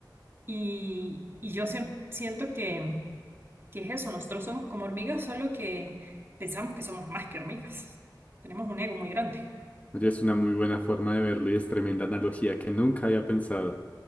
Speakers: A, on the right (about 30°); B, on the left (about 20°).
A: Y, y yo siem- siento que, que es eso, nosotros somos como hormigas, solo que pensamos que somos más que hormigas. Tenemos un ego muy grande,
B: Oye, es una muy buena forma de verlo y es tremenda analogía que nunca había pensado.